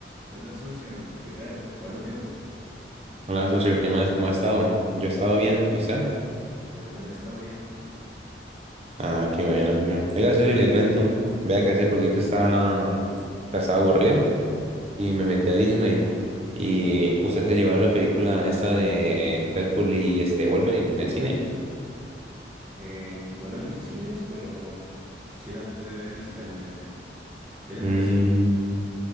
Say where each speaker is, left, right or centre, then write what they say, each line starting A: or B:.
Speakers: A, in the centre; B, on the right.
A: Hola socio, ¿qué tal? ¿Cuánto tiempo?
B: Hola, socio, ¿qué más? ¿Cómo ha estado? Yo he estado bien, ¿y usted?
A: Yo también he estado bien.
B: Ah, qué bueno, socio. Oiga, socio, le cuento. Vea que hace poquito estaba, o sea, estaba aburrido y me metí a Disney. Y usted se llevó a la película esta de Deadpool y este Wolverine en cine.
A: Eh, no la vi en cines, pero sí la pude ver digitalmente. ¿Qué le
B: Mm,
A: pareció?